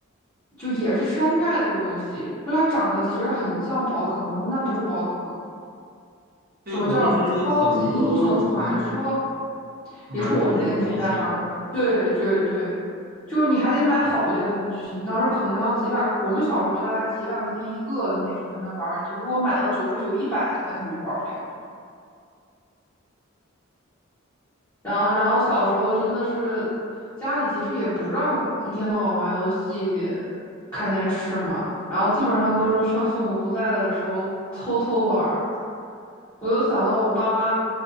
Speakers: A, on the left; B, on the right.
A: 就也是山寨的游戏，就它长得其实很像宝可梦，但那不是宝可梦。
B: 对，
A: 什么叫超级英雄传说？
B: 国内其实有很多嗯蛮多这种机器的，
A: 也是我们那个年代玩儿的。对对对，就是你还得买好一点的文具型，当时可能要几百，我们小时候大概几百块钱一个的那种才能玩儿。你如果买了九十九、一百的，那肯定就玩不了。然后，然后小时候真的是家里其实也不让一天到晚玩游戏、看电视嘛，然后基本上都是趁父母不在的时候偷偷玩儿。
B: 基本上。
A: 我就想到我爸妈